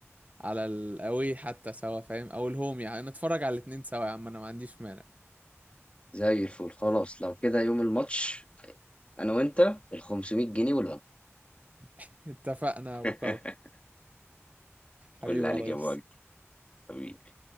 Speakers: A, on the right; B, on the left.
A: على الاوي حتى سوا فاهم او الهوم يعني نتفرج على الاتنين سوا يا عم انا ما عنديش مانع
B: زي الفل خلاص لو كده يوم الماتش انا وانت ال 500 جنيه والوجبة
A: <laughs> اتفقنا يا ابو
B: <laughs>
A: كرم حبيبي
B: قول عليك
A: يا ريس
B: يا ابو وجد حبيبي